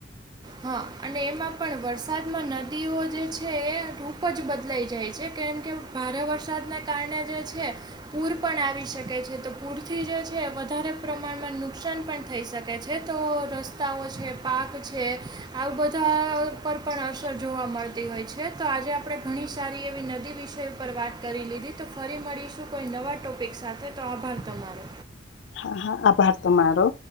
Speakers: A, on the right; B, on the left.
A: હા અને એમાં પણ વરસાદમાં નદીઓ જે છે એ રૂપ જ બદલાઈ જાય છે કેમ કે ભારે વરસાદને કારણે જે છે. પૂર પણ આવી શકે છે તો પૂરથી જે છે વધારે પ્રમાણમાં નુકસાન પણ થઈ શકે છે તો રસ્તાઓ છે પાાર્ક છે. આ બધા પર પણ અસર જોવા મળતી હોય છે તો આજે આપણે ઘણી સારી એવી નદી વિષ પર વાત કરી લીધી તો ફરી મળીશું કોઈ નવા ટોપિક સાથે તો આભાર તમારો.
B: હા હા આભાર તમારો.